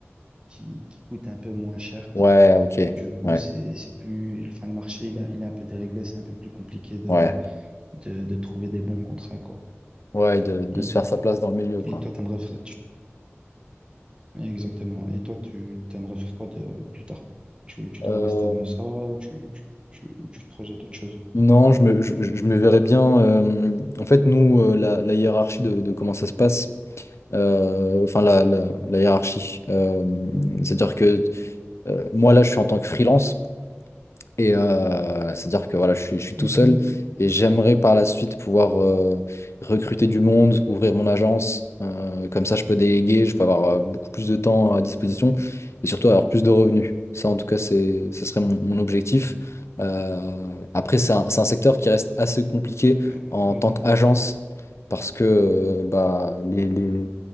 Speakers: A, on the right; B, on the left.
A: qui, qui coûte un peu moins cher.
B: Ouais, ok.
A: Du coup,
B: Ouais,
A: c'est, c'est plus, enfin, le marché, il, a- il est un peu déréglé, c'est un peu plus compliqué de,
B: ouais.
A: de, de trouver des bons contrats, quoi.
B: Ouais, de, de
A: Mm.
B: se faire sa place dans le milieu, quoi.
A: Et toi, t'aimerais faire, tu- exactement. Et toi, tu t'aimerais faire quoi de plus tard? Tu, tu
B: Euh,
A: dois rester dans ça, tu, tu, tu, ou tu te projettes autre chose?
B: Non, je me, je, je me verrais bien. euh, en fait, nous, euh, la, la hiérarchie de, de comment ça se passe, euh, enfin, la, la, la hiérarchie. euh, c'est-à-dire que euh, moi, là, je suis en tant que freelance. Et euh, c'est-à-dire que voilà, je suis, je suis tout
A: Mhm.
B: seul et j'aimerais par la suite pouvoir euh, recruter du monde, ouvrir mon agence. Euh, comme ça, je peux déléguer, je peux avoir euh, beaucoup plus de temps à disposition et surtout avoir plus de revenus. Ça, en tout cas, c'est, ce serait mon, mon objectif. Euh, après, c'est un, c'est un secteur qui reste assez compliqué
A: Euh,
B: en
A: Ok,
B: tant qu'agence parce que euh, bah, les, les,